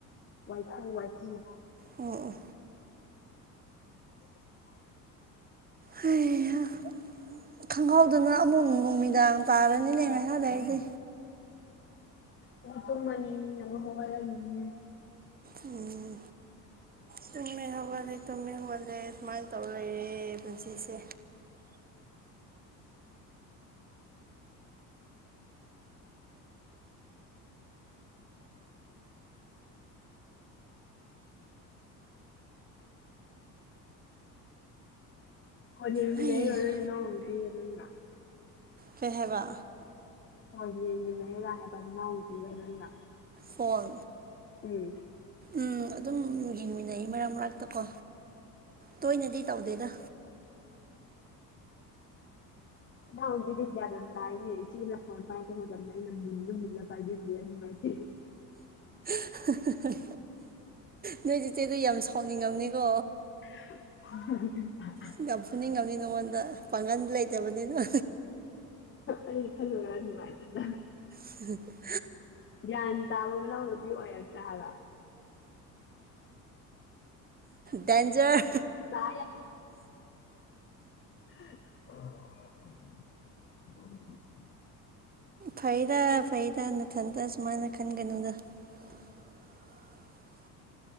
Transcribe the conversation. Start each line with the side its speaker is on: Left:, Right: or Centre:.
Left: ꯋꯥꯏꯈꯨ ꯋꯥꯏꯈꯨ
Right: ꯑꯣ
Left: <unintelligible>
Right: ꯍꯩ ꯍꯥ ꯈꯪꯍꯧꯗꯅ ꯑꯃꯨꯛ ꯅꯨꯃꯤꯗꯥꯡ ꯇꯥꯔꯅꯤꯅꯦ ꯉꯥꯏꯍꯥꯛꯂꯩꯔꯗꯤ
Left: ꯑꯃꯨꯛ ꯇꯨꯝꯃꯅꯤ ꯑꯃꯨꯛ ꯍꯧꯒꯠꯂꯅꯤ
Right: ꯎꯝ ꯇꯨꯝꯃꯤ ꯍꯧꯒꯠꯂꯦ ꯇꯨꯝꯃꯤ ꯍꯧꯒꯠꯂꯦ ꯁꯨꯃꯥꯏꯅ ꯇꯧꯔ ꯂꯩꯔꯦ ꯄꯨꯟꯁꯤꯁꯦ
Left: ꯐꯣꯟ ꯌꯦꯡꯃꯤꯟꯅꯩꯔꯣ
Right: ꯍꯩꯍꯥ
Left: ꯅꯣꯏ ꯅꯅꯥꯎ ꯅꯨꯄꯤꯒ ꯅꯪꯒ
Right: ꯀꯩ ꯍꯥꯏꯕ
Left: ꯐꯣꯟ ꯌꯦꯡꯃꯤꯟꯅꯩꯔ ꯍꯥꯏꯕ ꯅꯅꯥꯎ ꯅꯨꯄꯤꯒ ꯅꯪꯒ
Right: ꯐꯣꯟ
Left: ꯎꯝ
Right: ꯎꯝ ꯑꯗꯨꯝ ꯌꯦꯡꯃꯤꯟꯅꯩ ꯃꯔꯛ ꯃꯔꯛꯇ ꯀꯣ ꯇꯣꯏꯅꯗꯤ ꯇꯧꯗꯦꯗ
Left: ꯅꯅꯥꯎ ꯅꯨꯄꯤꯗꯤ ꯒ꯭ꯌꯥꯟ ꯌꯥꯝ ꯇꯥꯏꯅꯦ ꯏꯆꯦꯅ ꯐꯣꯟ ꯄꯥꯏꯔꯛꯄ ꯃꯇꯝꯗ ꯑꯩꯅ ꯃꯨꯜꯂ ꯃꯨꯜꯂ ꯄꯥꯏꯕꯤꯕꯅꯦ ꯅꯨꯡꯉꯥꯏ ꯇꯦ
Right: ꯍꯥꯍꯥꯍꯥ ꯅꯣꯏ ꯆꯦꯆꯦꯗꯣ ꯌꯥꯝ ꯁꯥꯎꯅꯤꯡꯉꯝꯅꯤꯀꯣ
Left: ꯍꯤ ꯍꯤ ꯎꯝ
Right: ꯐꯨꯗꯤ ꯌꯥꯝ ꯐꯨꯅꯤꯡ ꯉꯝꯅꯤ ꯅꯉꯣꯟꯗ ꯄꯥꯡꯒꯟ ꯂꯩꯇꯕꯅꯤꯅ
Left: ꯑꯩ ꯈꯜꯂꯨꯔꯒ ꯅꯨꯡꯉꯥꯏꯖꯗꯦ
Right: ꯍ ꯍ
Left: ꯒ꯭ꯌꯥꯟ ꯇꯕ ꯃꯅꯥꯎ ꯅꯨꯄꯤ ꯑꯣꯔꯛꯇꯦ ꯍꯥꯏꯕ
Right: ꯗꯦꯟꯖꯔ
Left: ꯇꯥ ꯑꯝ
Right: ꯐꯩꯗ ꯐꯩꯗ ꯅꯊꯟꯇ ꯁꯨꯃꯥꯏꯅ ꯈꯟꯒꯅꯨꯗ <inaudible>